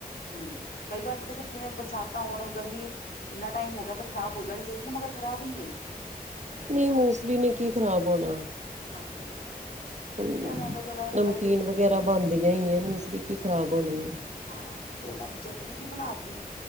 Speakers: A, on the left; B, on the right.
A: ਹੂੰ, ਕਈ ਵਾਰ ਤ ਦਸੇ, ਜਿਵੇਂ ਬਰਸਾਤਾਂ ਹੋਣ, ਗਰਮੀ ਇੰਨਾ ਟਾਈਮ ਹੋ ਗਿਆ ਤੇ ਖ਼ਰਾਬ ਹੋ ਜਾਣੀ ਚਾਹੀਦੀ ਨਾ, ਮਗਰ ਖਰਾਬ ਨੀ ਹੋਈ।
B: ਨਹੀਂ, ਮੂਫਲੀ ਨੇ, ਕੀ ਖ਼ਰਾਬ ਹੋਣਾ।
A: ਹਾਂਜੀ।
B: ਹੂੰ,
A: ਫੇਰ ਮੈਂ ਕਿਹਾ ਚਲੋ
B: ਨਮਕੀਨ
A: ਪਈ ਹੋਈ ਆ
B: ਵਗੈਰਾ
A: ਮੈਂ
B: ਬਣਦੀਆਂ ਹੀ ਹੈ, ਮੂਫਲੀ ਕੀ ਖ਼ਰਾਬ ਹੋਣੀ ਹੈ।
A: ਹਾਂ, ਫਿਰ ਮੈਂ ਇਹਦੀ ਚਟਨੀ ਜਿਹੀ ਬਣਾਤੀ।